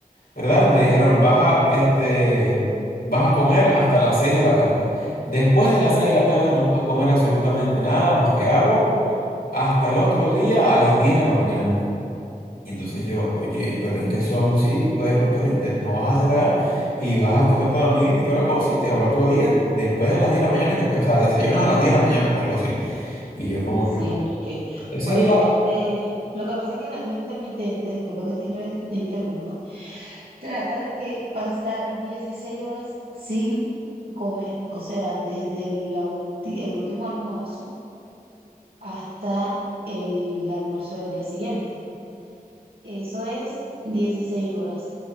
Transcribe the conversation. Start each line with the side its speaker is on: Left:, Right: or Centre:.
Left: ¿verdad? Me dijeron, vas a, este, vas a comer hasta las 6 de la tarde. Después de las 6 de la tarde no vas a comer absolutamente nada más que agua hasta el otro día a las 10 de la mañana. Y entonces yo, oye, pero es que son, sí, bueno, pero inte- no vas a cenar y vas a acostarte a dormir y toda la cosa y te va al otro día, después de las 10 de la mañana, que, o sea, desayunas a las 10 de la mañana, pues algo así. Y yo como
Right: Sí, sí,
Left: que, "Wow".
Right: Enrique.
Left: esa
Right: Pues
Left: es la,
Right: este, lo que pasa es que el ayuno intermitente, disculpa que te inre- te interrumpa, trata de que pasar 16 horas sin comer, o sea, desde la ulti- el último almuerzo hasta el almuerzo del día siguiente. Eso es 16 horas.